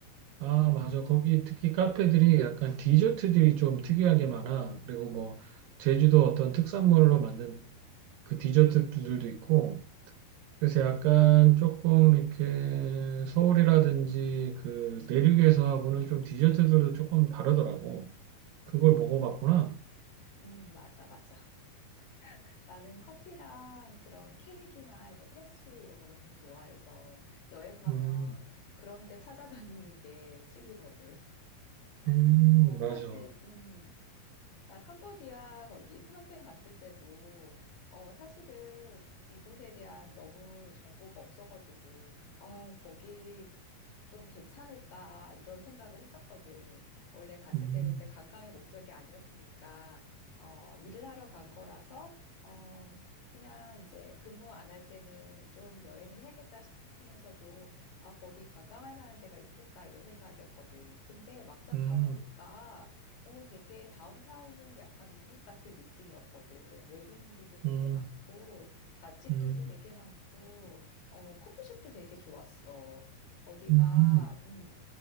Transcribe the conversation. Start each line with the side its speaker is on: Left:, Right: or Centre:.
Right: 아, 맞아. 거기 특히 카페들이 약간 디저트들이 좀 특이하게 많아. 그리고 뭐, 제주도 어떤 특산물로 만든 그 디저트들도 있고, 그래서 약간 조금 이렇게 서울이라든지 그 내륙에서하고는 좀 디저트들도 조금 다르더라고. 그걸
Left: 음,
Right: 먹어봤구나.
Left: 음, 맞아, 맞아. <laughs> 나는 커피랑 그런 케이크나 이런 패스트리 이런 거 너무 좋아해서, 여행 가면
Right: 음,
Left: 그런 데 찾아다니는 게 취미거든. <laughs>
Right: 음,
Left: 어,
Right: 맞아.
Left: 사실, 음. 나 캄보디아 거기 프놈펜 갔을 때도 어 사실은 이곳에 대한 너무 정보가 없어가지고 아 거기 좀 괜찮을까 이런 생각을 했었거든. 원래 갔을
Right: 음,
Left: 때는 이제 관광의 목적이 아니었으니까 어 일을 하러 간 거라서 어 그냥 이제 근무 안 할 때는 좀 여행을 해야겠다 싶으면서도 아 거기 관광할 만한 데가 있을까 이런 생각이었거든. 근데 막상
Right: 음,
Left: 가보니까 어, 되게 다운타운은 약간 미국 같은 느낌이었거든. 외국인들도 되게
Right: 음,
Left: 많고, 맛집들도
Right: 음,
Left: 되게 많고, 어, 커피숍도 되게 좋았어. 거기가,
Right: 음.
Left: 음,